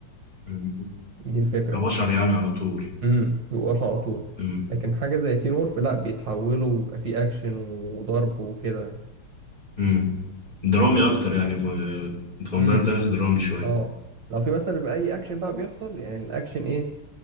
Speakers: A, on the left (about 20°); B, on the right (about 60°).
A: أمم.
B: دي الفكرة
A: كبشر يعني على طول
B: امم بيبقوش على طول
A: امم
B: لكن حاجة زي تين وولف لا بيتحولوا وبيبقى فيه أكشن وضرب وكده
A: امم درامي اكتر يعني ف- فامباير
B: امم
A: دايرز درامي شوية
B: اه لو في مثلا بيبقى أي أكشن بقى بيحصل يعني الأكشن إيه